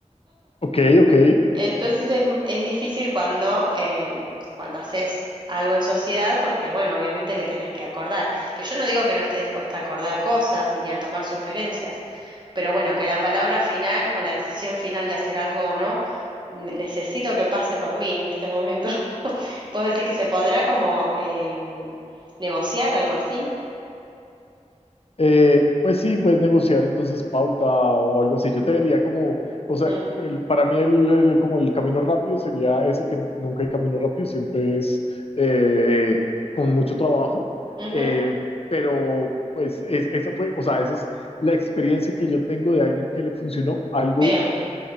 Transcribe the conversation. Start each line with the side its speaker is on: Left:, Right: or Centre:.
Left: Ok, ok.
Right: Entonces es, es difícil cuando, em, cuando haces algo en sociedad, porque bueno, obviamente que tenés que acordar. Que yo no digo que no esté dispuesta a acordar cosas y ni a tomar sugerencias, pero bueno, que la palabra final o la decisión final de hacer algo o no, n- necesito que pase por mí en este momento. <laughs> ¿Vos decís que se podrá como em, negociar algo así?
Left: Eh, pues sí, puedes negociar entonces pauta o algo así. Yo te diría como, o sea,
Right: Mm,
Left: el- para mí el, el- como el camino rápido sería ese que nunca hay camino rápido, siempre es eh, con mucho trabajo.
Right: ujú,
Left: Eh, pero pues es- esa fue, o sea, esa es la experiencia que yo tengo de alguien que le funcionó algo,
Right: Bien,